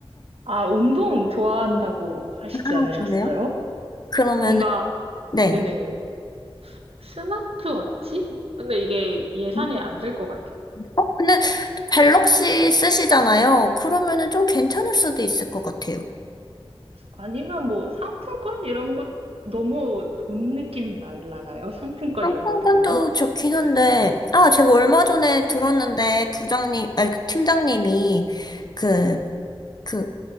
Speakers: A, on the right; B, on the left.
A: 아, 운동 좋아한다고 하시지
B: 아,
A: 않으셨어요?
B: 그래요? 그러면은,
A: 뭔가,
B: 네.
A: 네네네. 스마트워치? 근데 이게 예산에
B: 음.
A: 안 될 것 같죠.
B: 어, 근데 갤럭시 쓰시잖아요. 그러면은 좀 괜찮을 수도 있을 것 같아요.
A: 아니면 뭐 상품권 이런 거 너무 돈 느낌 날라나요? 상품권
B: 상품권도
A: 이런 거 드리면?
B: 좋긴 한데, 아, 제가 얼마 전에 들었는데, 부장님, 아니, 그 팀장님이 그, 그,